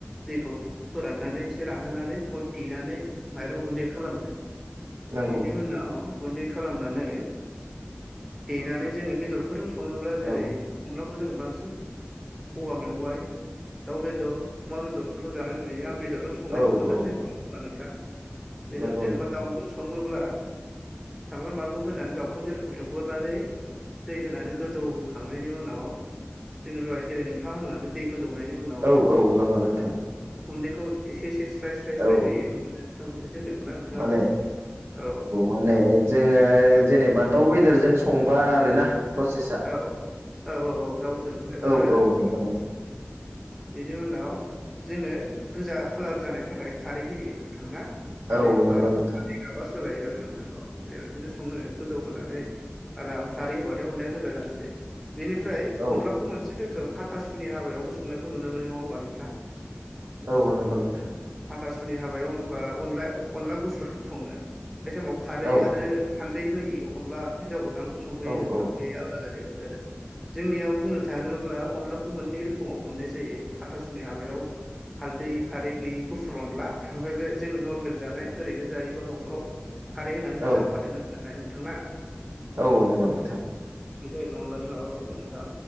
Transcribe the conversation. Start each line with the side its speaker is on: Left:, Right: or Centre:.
Centre: दैखौ फोराननानै एसे रानहोनानै बेखौ देनानै माइरं गुन्दै खालामो
Right: नंगौ
Centre: बेनि उनाव गुन्दै खालामनानै देनानै जो बेदरफोरजों सङोब्ला जेरै
Right: औ
Centre: अनला खौ जों बांसिन औवा मेवाइ दाउ बेदर अमा बेदरफोरखौ जानाय नुयो आं बेदरजों सं संनायखौ
Right: औ
Centre: खोन्थासै
Right: औ
Centre: होनब्ला नोंथां बेदर
Right: नंगौ
Centre: जेनेबा
Right: नोंथां
Centre: दाउजों सङोब्ला सानब्रु बानलु होनानै दाउखौ जेरेखम एवगरनानै दै होनानै गोदौहोखांनायनि उनाव जोङो दहाय जेरै थां होनलांदों दै गोदौनायनि उनाव
Right: औ औ नंगौ नोंथां
Centre: गुन्दैखौ एसे एसे स्राय स्राय स्राय
Right: औ
Centre: होयो थां बिदि होनदोंमोन ना नोंथाङाबो
Right: माने
Centre: औ
Right: माने जोङो जेनेबा दाउ बेदरजों संबा आरोना प्रसेसा
Centre: औ औ औ दाउ बेदरजो संनायखौ खन्थाब
Right: औ
Centre: आरो
Right: औ
Centre: नोंथां
Right: नंगौ
Centre: बेनि उनाव जोङो गोजा खालार जानायनि थाखाय खारै होयो नोंथां खारै
Right: औ
Centre: होबा
Right: नंगौ नोंथां
Centre: माबा सोलायो आरो नोंथां बेदिनो सङनो गोदौ होनानै आराम खारै होबाथाय अनलाया गोजा जानोसै बेनिफ्राय
Right: औ
Centre: अनलाखौ मान एसे रोखोम हाथासुनि हाबायावबो संनायखौ नुनो मोनो नङा होनोमबा नोंथां?
Right: औ नंगौ नोंथां
Centre: हाथासुनि हाबायाव होनोमबा अन अनला गुफुर सङो। बे टाइमाव खारै
Right: औ
Centre: आरो हान्दै होयो अनला हिन्जाव गोदानखौ संहैयो
Right: औ
Centre: नोंथां
Right: औ
Centre: बे आरो फुरा जाहोयबाय आरो जोंनियाव बुंनो थाङोब्ला अनलाखौ मोननै रोखोमाव मोननाय जायो हाथासुनि हाबायाव हालदै खारै गैयि गुफुर अनला ओमफ्राय बे जोङो नरमेल जानाय ओरैनो जायोबा न'फ्राव खारै होनानै गोजा
Right: औ
Centre: बानाय नांजानाय नोंथांना।
Right: औ नंगौ नोंथां
Centre: बे जाहैबाय अनलानि माबा थांबाय नोंथां